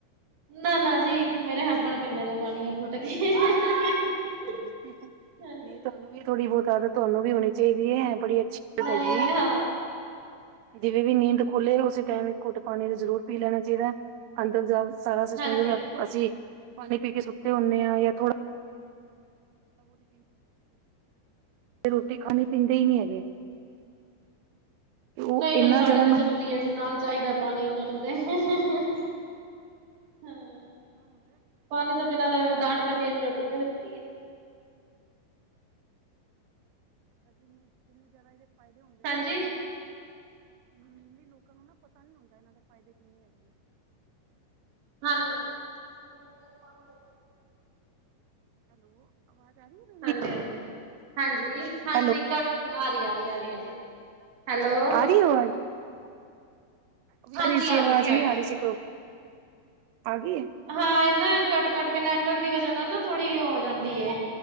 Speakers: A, on the right; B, on the right.
A: ਨਾ-ਨਾ, ਜੀ ਮੇਰੇ ਹਸਬੈਂਡ ਪੀਂਦੇ ਨੇ ਪਾਣੀ ਉੱਠ-ਉੱਠ ਕੇ। <unintelligible>
B: ਨਹੀਂ
A: ਹਾਂਜੀ
B: ਤੁਹਾਨੂੰ ਵੀ, ਥੋੜੀ ਬਹੁਤ ਆਦਤ ਤੁਹਾਨੂੰ ਵੀ ਹੋਣੀ ਚਾਹੀਦੀ ਹੈ, ਬੜੀ ਅੱਛੀ ਆਦਤ
A: ਨਹੀਂ
B: ਹੈਗੀ ਏ।
A: ਹਾਂ
B: ਜਿਵੇਂ ਵੀ ਨੀਂਦ ਖੁੱਲ੍ਹੇ, ਉਸੇ ਟਾਈਮ ਘੁੱਟ ਪਾਣੀਦਾ ਜ਼ਰੂਰ ਪੀ ਲੈਣਾ ਚਾਹੀਦਾ। ਅੰਦਰ ਜਾ, ਸਾਰਾ ਸਿਸਟਮ
A: ਹਾਂਜੀ
B: ਜਦੋਂ
A: ਹਾਂਜੀ
B: ਅਸੀਂ ਪਾਣੀ ਪੀ ਕੇ ਸੁੱਤੇ ਹੁੰਨੇ ਹਾਂ, ਜਾਂ ਥੋੜਾ ਰੋਟੀ ਖਾਣੇ ਪੀਂਦੇ ਹੀ ਨਹੀਂ ਹੈਗੇ। <unintelligible> ਉਹ
A: ਨਹੀਂ ਨਹੀਂ
B: ਇੰਨਾ
A: ਸਾਡੇ
B: ਜਿਆਦਾ
A: ਤਾਂ
B: ਨੂੰ
A: ਜ਼ਰੂਰੀ ਹੈ ਨਾਲ ਚਾਹੀਦਾ ਪਾਣੀ ਉਹਨਾਂ ਨੂੰ ਤੇ <unintelligible>
B: ਨੁਕ
A: ਪਾਣੀ ਤੋਂ ਬਿਨਾਂ ਤੇ ਡਾਂਡ ਪੈਂਦੀ ਹੈ ਕੀ, ਰੋਟੀ ਕਯੋ ਦਿੱਤੀਏ।
B: ਜਿੰਨੇ ਜਿੰਨੇ ਜ਼ਿਆਦਾ ਇਹਦੇ ਫਾਇਦੇ ਹੁੰਦੇ
A: ਹਾਂਜੀ
B: ਨਾ ਇ <inaudible> ਮੇਨਲੀ ਲੋਕਾਂ ਨੂੰ ਨਾ ਪਤਾ ਨੀ ਹੁੰਦਾ, ਇਹਨਾਂ ਦੇ ਫਾਇਦੇ ਕਿੰਨੇ ਹੈਗੇ ਨੇ।
A: ਹਾਂਜੀ <unintelligible>
B: ਹੈਲੋ, ਆਵਾਜ਼ ਆਰੀਏ।
A: ਹਾਂਜੀ-ਹਾਂਜੀ, ਹਾਂਜੀ-ਹਾਂਜੀ
B: ਹੈਲੋ
A: ਕੱਟ ਆਰੀਂ, ਆਰੀ, ਆਰੀਏ ਜੀ, ਹੈਲੋ।
B: ਆਰੀ ਏ ਅਵਾਜ। ਪਹਿਲੇ
A: ਹਾਂਜੀ
B: ਨਹੀਂ ਸੀ,
A: ਆ
B: ਆਵਾਜ਼
A: ਗਈ ਜੀ
B: ਨਹੀਂ ਆ
A: ਗਈ।
B: ਰਹੀ ਸੀ ਕੋ, ਆ ਗਈਏ। <unintelligible>
A: ਹਾਂ, ਇਹ ਨਾ ਕੱਟ-ਕੱਟ ਕੇ ਨੈਟਵਰਕ ਦੀ ਵਜ੍ਹਾ ਨਾਲ ਨਾ, ਥੋੜੀ ਔ ਜਾਂਦੀ ਏ